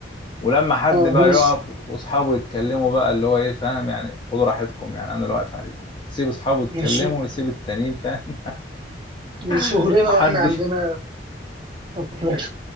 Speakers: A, on the left; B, on the right.
A: ولما حد
B: اه
A: بقى
B: من
A: يقف واصحابه يتكلموا بقى اللي هو ايه فاهم يعني خدوا راحتكم يعني انا اللي واقف عليكم يسيب اصحابه يتكلموا
B: من سو...
A: ويسيب التانيين فاهم
B: من صغرنا
A: <laughs> محدش
B: واحنا عندنا أطفال.